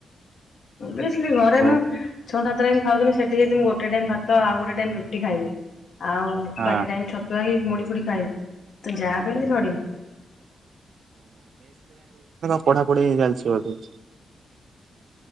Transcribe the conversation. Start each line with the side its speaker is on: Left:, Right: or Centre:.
Left: ବେଶ୍। ଘରେ ମୁଁ
Right: ଓହୋ
Left: ଛଅଟାତରେଇ ଖାଉଥିଲି ସେଠ <inaudible> ମୁଁ ଗୋଟେ ଟାଇମ ଭାତ ଆଉ ଗୋଟେ ଟାଇମ୍ ରୁଟି ଖାଇମି। ଆଉ
Right: ହଁ।
Left: ବାକି ଟାଇମ୍ ଛତୁଆ କି ମୁଡିଫୁଡି ଖାଇମି ତ ଯାହା ବି ହେଲେ ଝଡିମି।
Right: ପଢ଼ାପଢି ଚାାଲିଛି ବୋଧେ?